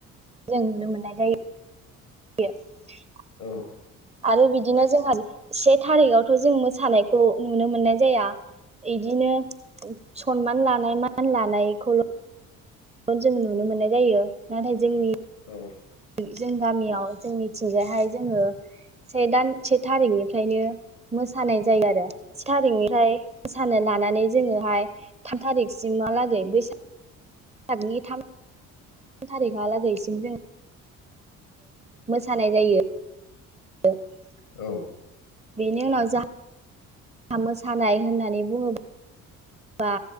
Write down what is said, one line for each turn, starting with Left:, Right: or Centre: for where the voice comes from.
Right: जों नुनो मोननाय जायो <inaudible> <inaudible>
Left: औ
Right: आरो बिदिनो जोंहा से थारिखावथ जों मोसानायखौ नुनो मोननाय जाया इदिनो सनमान लानाय म सनमान लानायखौल जों नुनो मोननाय जायो नाथाय जोंनि
Left: औ
Right: जों गामियाव जोंनिथिंजायहाय जोंङो से दान से थारिखनिफ्रायनो मोसानाय जायो आरो से थारिखनिफ्राय मोसानो लानानै जोंङोहाय थान थारिखसिमहालागै बैसाग थानि थाम थारिखहालागैसिम जों मोसानाय जायो <inaudible>
Left: औ
Right: बेनि उनाव जा। मोसानाय होननानै बुंङोब्ला। बा